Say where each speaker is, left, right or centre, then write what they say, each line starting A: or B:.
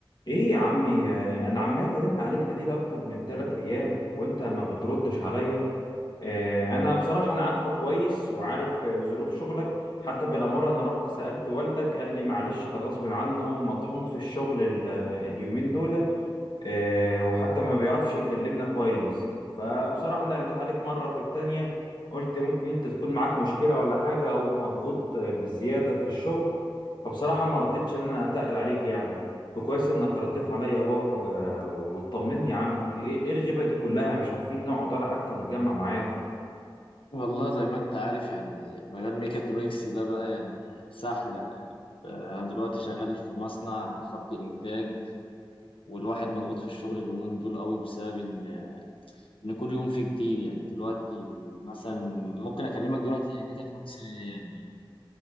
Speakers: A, on the left; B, on the left.
A: ايه يا عمي آه، انا عمال ارن عليك اديل اكتر من ثلاث ايام وانت ما بتردش عليا آه، انا بصراحه انا عارفك كويس وعارف آه، ظروف شغلك حتى بالاماره انا رحت سالت والدك قال لي معلش ده غصب عنه مطحون في الشغل ال- آه، اليومين دول آه، وحتى ما بيعرفش يكلمنا كويس فبصراحه انا رنيت عليك مره في التانية قلت ممكن انت تكون معاك مشكله ولا حاجه او مضغوط آه، بالزياده في الشغل فبصراحة ما ردتش إن أنا أتقل عليك يعني وكويس إنك رديت عليا أهو و- وطمني يا عم إيه إيه الغيبة دي كلها مش عارفين نقعد ولا حتى نتجمع معاك
B: والله زي ما انت عارف يعني مجال ميكاترونكس ده بقى يعني سحلة يعني انا دلوقتي شغال في مصنع خط انتاج والواحد مضغوط في الشغل اليومين دول قوي بسبب ان ان كل يوم فيه جديد يعني دلوقتي مثلا ممكن اكلمك دلوقتي ميكاترونكس يعني